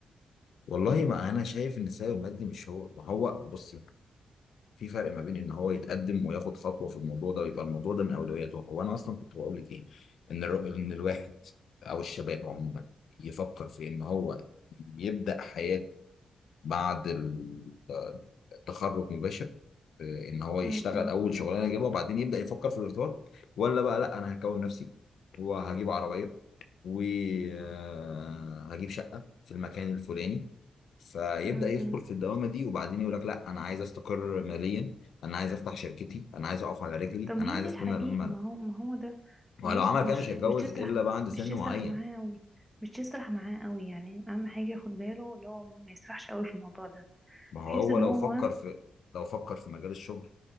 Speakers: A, on the left; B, in the centre.
A: والله ما انا شايف ان السبب المادي مش هو ما هو بص في فرق ما بين ان هو يتقدم وياخد خطوه في الموضوع ده ويبقى الموضوع ده من اولوياته هو انا اصلا كنت بقول لك ايه ان الر- ان الواحد او الشباب عموما يفكر في ان هو يبدا حياته بعد ال- التخرج مباشر آه، ان هو
B: م-
A: يشتغل
B: م-
A: اول شغلانه يجيبها وبعدين يبدا يفكر في الارتباط ولا بقى لا انا هكون نفسي وهجيب عربيه وهجيب شقه في المكان الفلاني فيبدأ
B: م-
A: يدخل
B: م.
A: في الدوامة دي وبعدين يقول لك لا أنا عايز أستقر ماليا أنا عايز أفتح شركتي أنا عايز أقف على رجلي
B: طب ما
A: أنا
B: هي
A: عايز
B: دي
A: أستنى
B: الحقيقة
A: لما أنا
B: ما هو ما هو ده
A: ولو
B: بص
A: عمل
B: هو
A: كده
B: مش
A: مش هيتجوز
B: مش تسرح
A: إلا بعد سن
B: مش تسرح
A: معين
B: معاه قوي مش تسرح معاه قوي يعني اهم حاجة ياخد باله اللي هو ما يسرحش قوي في الموضوع ده
A: ما هو
B: بحيث
A: هو
B: ان
A: لو
B: هو
A: فكر في لو فكر في مجال الشغل